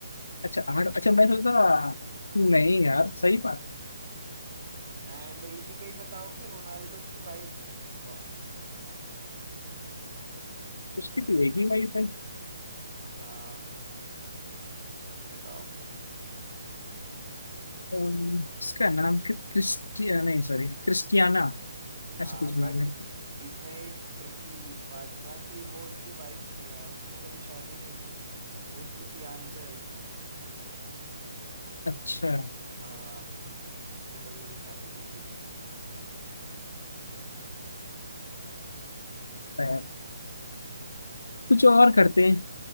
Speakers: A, on the left (about 85°); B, on the right (about 45°).
A: अच्छा आठ अच्छा मैं सोचता नहीं यार सही बात
B: एंड इसी का ही बताओ कि रोनाल्डो की वाइफ कौन है
A: उसकी तो एक ही वाइफ है
B: हाँ बताओ
A: अम्म, इसका नाम क्रि- क्रिस्टिया नहीं सॉरी क्रिस्टियाना
B: हाँ
A: ऐसे कुछ नाम
B: बट
A: है
B: इसमें एक ट्रिकी पार्ट था कि वो उसकी वाइफ नहीं है उसने कभी शादी नहीं की वो उसकी फियांसे है
A: अच्छा
B: हाँ उसने कभी भी शादी नहीं की
A: अच्छा. कुछ और करते हैं